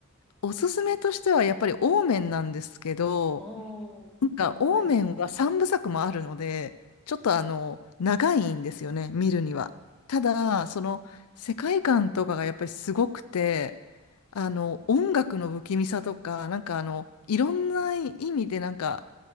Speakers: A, on the left; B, in the centre.
A: おすすめとしてはやっぱりオーメンなんですけど、
B: おー、
A: なんかオーメンは3部作もあるので、
B: はい。
A: ちょっとあの、長いんですよね、見るには。ただ、その、世界観とかがやっぱりすごくて、あの、音楽の不気味さとか、なんかあの、いろんな意味でなんか、